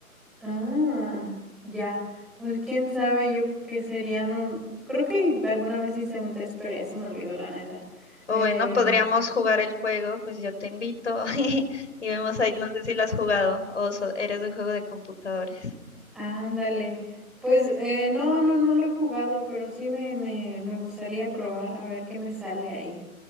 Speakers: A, in the centre; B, on the left.
A: Ah, ya. Pues quién sabe yo qué sería. No, creo que alguna vez hice un test, pero ya se me olvidó, la neta.
B: O
A: Eh,
B: bueno, podríamos jugar el juego, pues yo te invito <laughs> y, y vemos ahí, no sé si lo has jugado o so- eres de un juego de computadores.
A: Ándale. Pues eh, no, no, no lo he jugado, pero sí me, me, me gustaría probar a ver qué me sale ahí.